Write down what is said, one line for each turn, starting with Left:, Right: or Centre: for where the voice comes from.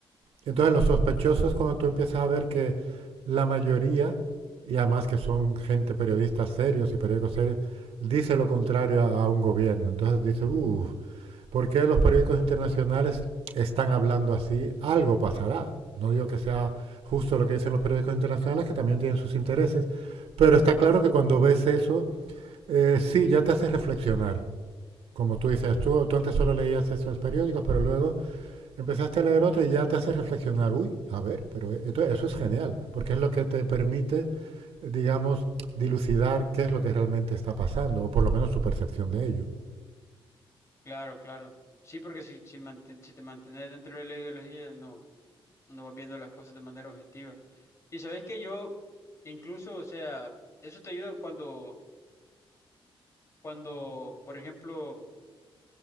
Right: Entonces, los sospechosos, cuando tú empiezas a ver que la mayoría, y además que son gente periodistas serios y periódicos serios, dice lo contrario a, a un gobierno. Entonces dice, uff, ¿Por qué los periódicos internacionales están hablando así? Algo pasará. No digo que sea justo lo que dicen los periódicos internacionales, que también tienen sus intereses, pero está claro
Left: Mm,
Right: que cuando ves eso, eh, sí, ya te hace reflexionar. Como tú dices, tú, tú antes solo leías esos periódicos, pero luego empezaste a leer otro y ya te hace reflexionar. Uy, a ver, pero e-". entonces eso es genial, porque es lo que te permite, digamos, dilucidar qué es lo que realmente está pasando, o por lo menos tu percepción de ello.
Left: Claro, claro. Sí, porque si, si, manten- si te mantienes dentro de la ideología, no, no vas viendo las cosas de manera objetiva. Y sabes que yo, incluso, o sea, eso te ayuda cuando, cuando, por ejemplo,